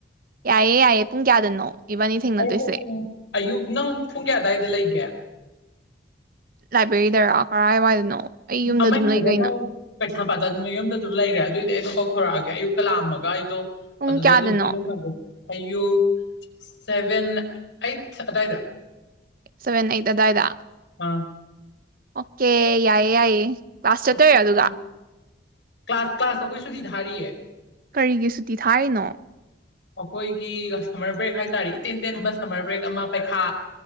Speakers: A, on the right; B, on the left.
A: ꯌꯥꯏꯌꯦ ꯌꯥꯏꯌꯦ ꯄꯨꯡ ꯀꯌꯥꯗꯅꯣ ꯏꯕꯥꯅꯤ ꯊꯦꯡꯅꯗꯣꯏꯁꯦ
B: ꯑꯩ ꯍꯌꯦꯡ ꯑꯌꯨꯛ ꯅꯪ ꯄꯨꯡ ꯀꯌꯥ ꯗꯨꯋꯥꯏꯗ ꯂꯩꯒꯦ
A: ꯂꯥꯏꯕ꯭ꯔꯦꯔꯤꯗꯔ ꯀꯔꯥꯏꯋꯥꯏꯗꯅꯣ ꯑꯩ ꯌꯨꯝꯗ
B: ꯑꯥꯏ
A: ꯑꯗꯨꯝ
B: ꯀꯗ
A: ꯂꯩ ꯀꯩꯅꯣ
B: ꯅꯣꯏ <inaudible> ꯀꯩꯁꯥꯝꯄꯥꯠꯇ ꯑꯗꯨꯝ ꯌꯨꯝꯗ ꯑꯗꯨꯝ ꯂꯩꯔꯦ ꯑꯗꯨꯏꯗꯤ ꯑꯩ ꯑꯗꯨꯝ ꯀꯧꯊꯣꯔꯛꯑꯒꯦ ꯑꯌꯨꯛꯇ ꯂꯥꯛꯑꯃꯒ ꯑꯩꯗꯣ
A: ꯄꯨꯡ
B: ꯑꯗꯨꯗ
A: ꯀꯌꯥꯗꯅꯣ
B: ꯑꯗꯨꯝ ꯄꯤꯔꯝꯃꯒꯦ ꯑꯌꯨꯛ ꯁꯚꯦꯟ ꯑꯩꯠ ꯑꯗꯥꯏꯗ
A: ꯁꯦꯕꯟ ꯑꯩꯠꯇ ꯑꯗꯏꯗ
B: ꯑꯥ
A: ꯑꯣꯀꯦ ꯌꯥꯢꯌꯦ ꯌꯥꯏꯌꯦ ꯀ꯭ꯂꯥꯁ ꯆꯠꯇꯣꯏꯔꯣ
B: ꯑꯣꯀꯦ ꯑꯣꯀꯦ
A: ꯑꯗꯨꯒ
B: ꯀ꯭ꯂꯥꯁ ꯀ꯭ꯂꯥꯁ ꯑꯩꯈꯣꯏ ꯁꯨꯗꯤ ꯊꯥꯔꯤꯌꯦ
A: ꯀꯔꯤꯒꯤ ꯁꯨꯇꯤ ꯊꯥꯔꯤꯅꯣ
B: ꯑꯩꯈꯣꯏꯒꯤ ꯁꯝꯃꯔ ꯕ꯭ꯔꯦꯛ ꯍꯥꯏꯇꯥꯔꯦ ꯏꯇꯦꯟ ꯇꯦꯟꯕ ꯁꯝꯃꯔ ꯕ꯭ꯔꯦꯛ ꯑꯃ ꯄꯩꯈꯥ